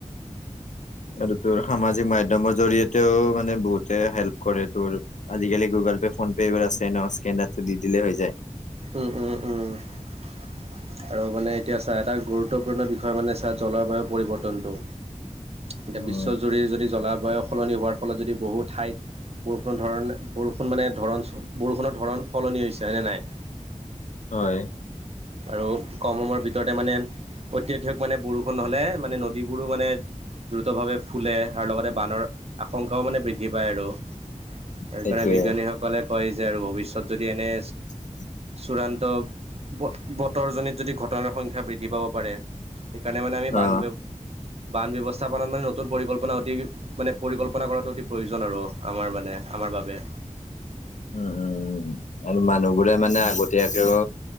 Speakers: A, on the left (about 65°); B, on the right (about 50°).
A: আৰু তোৰ সামাজিক মাধ্যমৰ জৰিয়তেও মানে বহুতে হেল্প কৰে তোৰ আজিকালি গুগল পে, ফোন পে এইবোৰ আছে ন স্কেনাৰটো দি দিলেই হৈ যায়।
B: উম উম। আৰু মানে এতিয়া চা এটা গুৰুত্বপূৰ্ণ বিষয় মানে চা জলবায়ু পৰিৱৰ্তনটো। এতিয়া
A: উম
B: বিশ্বজুৰি যদি জলাবায়ু সলনি হোৱাৰ ফলত যদি বহু ঠাইত বৰষুণৰ ধৰণ বৰষুণ মানে ধৰণ বৰষুণৰ ধৰণ সলনি হৈছে হয়নে নাই?
A: হয়।
B: আৰু কম সময়ৰ ভিতৰতে মানে অত্যাধিক মানে বৰষুণ হ'লে মানে নদীবোৰো মানে দ্ৰুতভাৱে ফুলে আৰু লগতে বানৰ আশংকাও মানে বৃদ্ধি পায় আৰু। সেইকাৰণে
A: সেইটোৱে
B: বিজ্ঞানীসকলে কয় যে আৰু ভৱিষ্যত যদি এনে
A: <inaudible>
B: চূড়ান্ত ব-বতৰজনিত যদি ঘটনাৰ সংখ্যা বৃদ্ধি পাব পাৰে। সেইকাৰণে মানে আমি বান
A: অ
B: ব্য বান ব্যৱস্থাপনাত মানে নতুন পৰিকল্পনা অতি মানে পৰিকল্পনা কৰাটো অতি প্ৰয়োজন আৰু আমাৰ মানে আমাৰ বাবে।
A: উম, উম, উম। আৰু মানুহবোৰে মানে আগতীয়াকেও